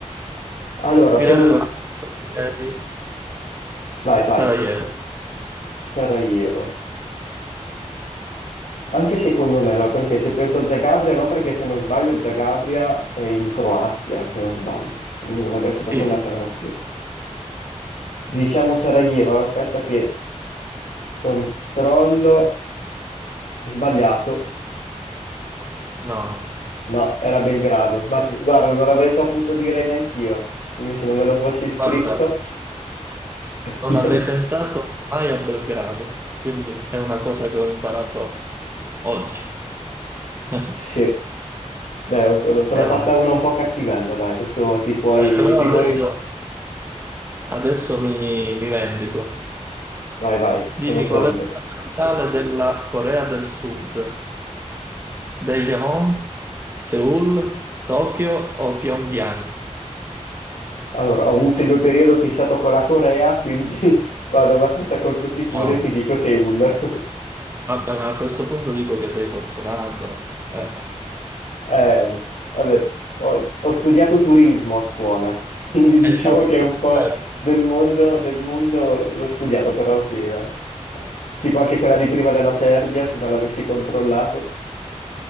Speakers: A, on the left; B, on the right.
A: Allora,
B: tirando
A: se non... s-
B: a caso direi
A: Vai, vai,
B: Sarajevo.
A: Sarajevo. Anche secondo me, allora, perché se penso a Zagabria, no, perché se non sbaglio Zagabria è in Croazia, se non sbaglio, quindi dovrebbe essere
B: Sì,
A: proprio un'altra nazione. Diciamo Sarajevo, allora, aspetta che controllo... Sbagliato.
B: no,
A: No, era Belgrado. Ma t- guarda, non l'avrei saputo dire neanch'io, quindi se non me lo fossi scritto...
B: guarda,
A: <laughs>
B: non avrei pensato mai a Belgrado, quindi è una cosa che ho imparato oggi. <laughs>
A: Sì, dai, te te
B: E
A: l'ho fatta
B: vabbè.
A: una un po' cattivella, dai, adesso ti puoi,
B: Dai, però
A: ti puoi...
B: adesso,
A: ri-
B: adesso mi, mi vendico.
A: Vai, vai,
B: Dimmi
A: sono pronto.
B: qual è la capitale della Corea del Sud? Daejeon, Seoul, Tokyo o Pyongyang?
A: Allora, ho avuto il mio periodo fissato con la Corea, quindi <laughs> vado abbastanza a colpo sicuro
B: No,
A: e ti dico Seoul. <laughs>
B: vabbè, ma a questo punto dico che sei fortunato. Eh,
A: Eh, no. Vabbè, ho, ho studiato turismo a scuola, <laughs> quindi diciamo
B: è giusto.
A: che è un po'
B: Eh,
A: del mondo, del mondo l'ho studiato, però sì, eh. Tipo anche quella di prima della Serbia, se non l'avessi controllato.